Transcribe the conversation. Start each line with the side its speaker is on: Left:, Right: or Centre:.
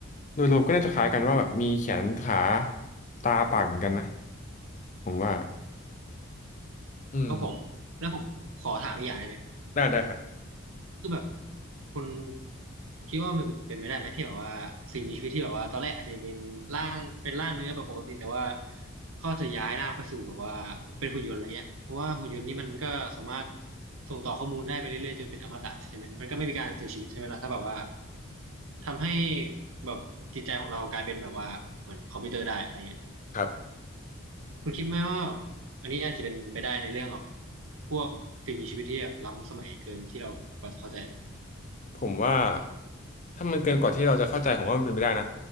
Left: โดยรวมก็น่าจะคล้ายกันว่าแบบมีแขนขาตาปากเหมือนกันนะผมว่าอืม
Right: ครับผมแล้วผมขอถามอีกอย่างได้ไหม
Left: ได้ได้ครับ
Right: คือแบบคนคิดว่ามันเป็นเป็นไปได้ไหมที่แบบว่าสิ่งมีชีวิตที่แบบว่าตอนแรกอาจจะเป็นร่างเป็นร่างเนื้อแบบปกติแต่ว่าเขาจะย้ายร่างไปสู่แบบว่าเป็นหุ่นยนต์อะไรเงี้ยเพราะว่าหุ่นยนต์นี่มันก็สามารถส่งต่อข้อมูลได้ไปเรื่อยๆจนเป็นอมตะใช่ไหมมันก็ไม่มีการเสียชีวิตใช่ไหมล่ะถ้าแบบว่าทำให้แบบจิตใจของเรากลายเป็นแบบว่าเหมือนคอมพิวเตอร์ได้อะไรเงี้ย
Left: ครับ
Right: คุณคิดไหมว่าอันนี้อาจจะเป็นไปได้ในเรื่องแบบพวกสิ่งมีชีวิตที่แบบล้ำสมัยเกินที่เรากว่าจะเข้าใจ
Left: ผมว่าถ้ามันเกินกว่าที่เราจะเข้าใจผมว่ามันเป็นไปได้นะ